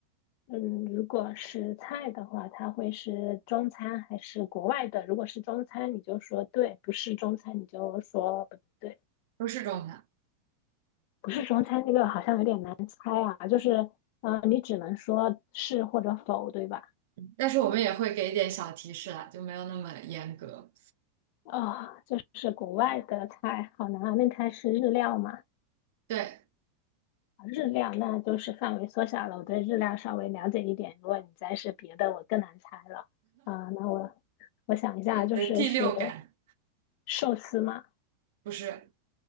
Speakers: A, on the left (about 55°); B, on the right (about 60°).
A: 嗯，如果是菜的话，它会是中餐还是国外的？如果是中餐，你就说对；不是中餐，你就说不对。
B: 不是中餐，
A: 不是中餐那个好像有点难猜啊，就是，嗯、你只能说是或者否，对吧？
B: 但是我们也会给一点小提示啦，就没有那么严格。
A: 啊、就是国外的菜，好难啊。那它是日料嘛？
B: 对，
A: 啊日料那就是范围缩小了，我对日料稍微了解一点。如果你再是别的，我更难猜了。啊、那我我想一下，就是是
B: 你的第六感。
A: 寿司嘛？
B: 不是，